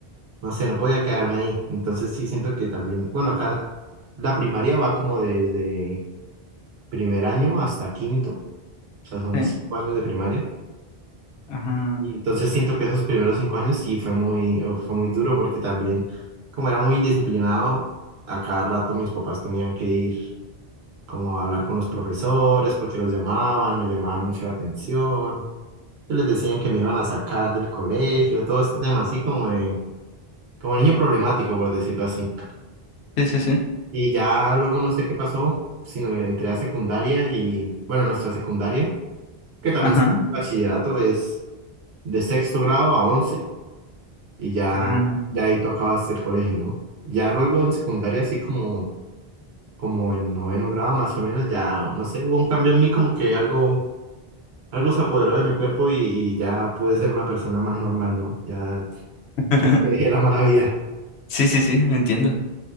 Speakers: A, on the right; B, on the left.
A: no sé, no podía quedarme ahí. Entonces sí siento que también, bueno, acá la primaria va como desde primer año hasta quinto, o sea, son
B: sí,
A: cinco años de primaria.
B: ajá,
A: Y entonces siento que esos primeros cinco años sí fue muy, eh, fue muy duro porque también, como era muy indisciplinado, a cada rato mis papás tenían que ir como a hablar con los profesores porque los llamaban, me llamaban mucho la atención, y les decían que me iban a sacar del colegio, todo este tema así como de, como niño problemático, por decirlo así.
B: sí, sí, sí.
A: Y ya luego no sé qué pasó, sino entré a secundaria y, bueno, nuestra secundaria que también
B: Ajá,
A: se- bachillerato es de sexto grado a once y ya,
B: ajá.
A: ya ahí tú acabas el colegio, ¿no? Ya luego en secundaria, así como, como en noveno grado más o menos, ya, no sé, hubo un cambio en mí como que algo, algo se apoderó de mi cuerpo y, y ya pude ser una persona más normal, ¿no? Ya
B: <laughs>
A: como que dejé la mala vida.
B: Sí, sí, sí, entiendo.